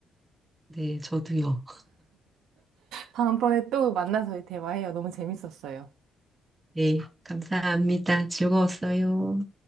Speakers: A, on the right; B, on the right.
A: 네, 저도요.
B: 다음번에 또 만나서 대화해요. 너무 재밌었어요.
A: 네, 감사합니다. 즐거웠어요.